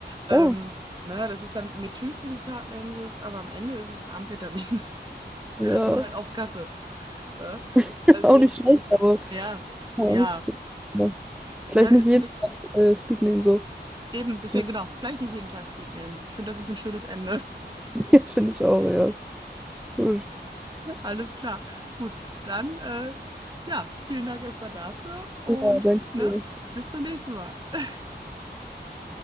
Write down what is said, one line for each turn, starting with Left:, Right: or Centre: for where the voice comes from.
Right: Ähm,
Centre: Ja,
Right: ne, das ist dann Methylphenidat nennen sie es, aber am Ende ist es ein Amphetamin, <laughs>
Centre: ja,
Right: nur halt auf Kasse. Ne?
Centre: <laughs>
Right: Also,
Centre: auch nicht schlecht, aber
Right: ja,
Centre: ja, muss
Right: ja,
Centre: ich jetzt mal. Vielleicht
Right: ne,
Centre: nicht
Right: ist
Centre: jeden
Right: nicht,
Centre: Tag äh, Speed nehmen, so.
Right: eben, deswegen
Centre: <laughs>
Right: genau, vielleicht nicht jeden Tag Speed nehmen. Ich finde, das ist ein schönes Ende.
Centre: Ja, Finde ich auch, ja. Gut.
Right: Alles klar. Gut, dann äh, ja, vielen Dank erstmal dafür und
Centre: Ja, danke
Right: ne,
Centre: dir.
Right: bis zum nächsten Mal. <laughs>